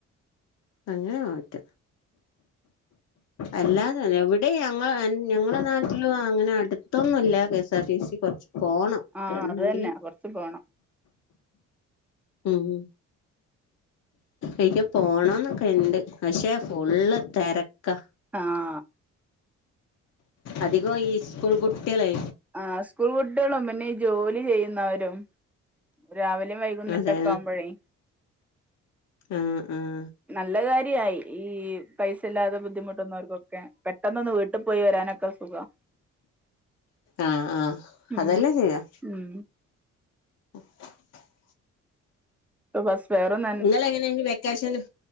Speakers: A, on the left; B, in the centre.
A: അങ്ങനെ മറ്റ അല്ലാതെെ എവിടെ ഞങ്ങ ഞങ്ങളെ നാട്ടിലും. അങ്ങനെ അടുത്തൊന്നുംല്ല കെഎസ് ആർ ടി സി കുറച്ച്. പോണംഎലങ്കില്
B: ആഹ് അത് തന്നെ കൊറച്ച് പോണം
A: ഉം. എനിക്ക് പോണംന്നൊക്കെ ഇണ്ട് പക്ഷേ ഫുള്ള് തരക്ക.
B: ആഹ്
A: അധികം ഈ സ്കൂൾ കുട്ടികളേ.
B: ആ സ്കൂൾ കുട്ടികളും പിന്നെ ജോലി ചെയ്യുന്നവരും. രാവിലെയും വൈകുന്നേരം
A: അതെ
B: ഒക്കെ ആവുമ്പോഴേ
A: ആ ആഹ്
B: നല്ല കാര്യായി ഈ പൈസ ഇല്ലാതെ ബുദ്ധിമുട്ടുന്നവർക്കൊക്കെ. പെട്ടെന്നൊന്ന് വീട്ടിൽ പോയി വരാനൊക്കെ സുഖം.
A: ആഹ ആഹ
B: ഉം
A: അതല്ലാം ചെയ്യാം.
B: ഉം
A: <inaudible>
B: ബസ് വേറെൊന്ന
A: നിങ്ങള് എങ്ങനെയ് വെക്കേഷൻ